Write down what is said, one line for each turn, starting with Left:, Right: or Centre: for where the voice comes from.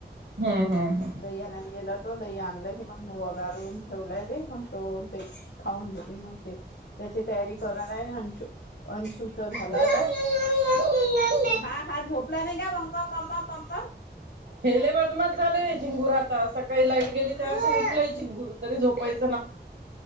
Right: हम् हम् हम
Left: दही आणायला गेला तो दही आणलं की मग वगारून ठेवलाय दे मग तो ते खाऊन घेते मग ते त्याची तयारी करणार आहे अंशु अंशुच झाला
Right: हम्म
Left: आता हा हा झोपला नाही का मग मग मम् मम्मा
Right: हेले बदमात झालेय झिंगूर आता सकाळी लाईट गेली तेव्हा उकलंय झिंगूर तरी झोपायच